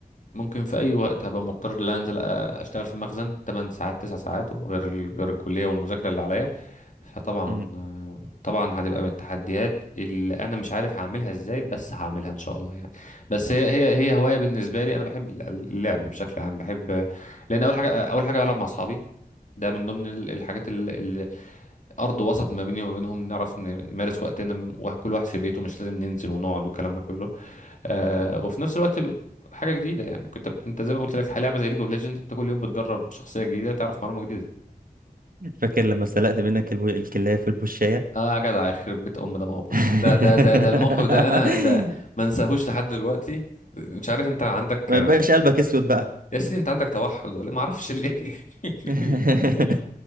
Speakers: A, on the left; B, on the right.
A: ممكن في اي وقت هبقى مضطر ان أنا انزل أ- اشتغل في مخزن 8 ساعات 9 ساعات وغير ال- غير الكليه والمذاكره اللي عليا فطبعا
B: مم.
A: طبعا هتبقى من التحديات اللي انا مش عارف هعملها ازاي بس هعملها ان شاء الله يعني بس هي هي هي هوايه بالنسبه لي انا بحب الل- اللعب بشكل عام بحب لان اول حاجه اول حاجه بلعب مع اصحابي ده من ضمن ال- الحاجات اللي ارض وسط ما بيني وما بينهم نعرف ن- نمارس وقتنا وكل واحد في بيته مش لازم ننزل ونقعد والكلام ده كله آه وفي نفس الوقت ب- حاجه جديده يعني كنت انت زي ما قلت لك لعبه زي ليج اوف ليجند انت كل يوم بتجرب شخصيه جديده تعرف معلومه جديده
B: فاكر لما سلقت منك الو... الكلاية في البشاية
A: اه يا جدع يخرب بيت ام ده موقف
B: <laughs>
A: ده ده ده ده الموقف ده انا ده ما انساهوش لحد دلوقتي مش عارف انت عندك
B: ما يبقاش قلبك اسود بقى
A: يا سيدي انت عندك توحد ولا إيه؟ ما اعرفش ليه <laughs>
B: <laughs>
A: ال... ال...